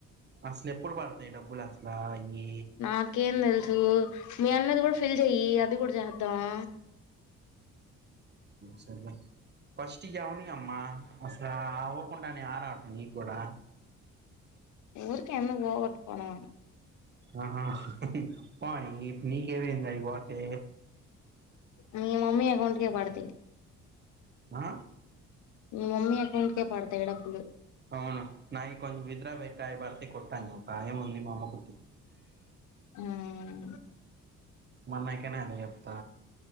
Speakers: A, on the right; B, on the left.
A: అసలెప్పుడు పడతాయి డబ్బులసలా ఈ
B: నాకేం మీ అన్నది కూడా ఫిల్ చెయ్యి అది కూడా చేద్దాం
A: సరె లా ఫస్ట్ ఇయ్యవనీ అమ్మా అసలు అవ్వకుండానే ఆరాటం నీక్కూడా
B: ఊరుకి ఎందుకు పోగొట్టుకోడం
A: ఆహా పోనీ నీకేమైంది అవి పోతే
B: మీ మమ్మీ అకౌంట్ కి పడతాయి
A: ఆ
B: మమ్మీ అకౌంట్ కే పడతాయి డబ్బులు
A: అవును నాయి కొంచెం విత్డ్రా పెట్ట అయ్యి పడతాయి కొట్టు అను ఏముంది మా అమ్మకు
B: ఉమ్
A: మాన్నయ్యకైనా అదే చెప్పు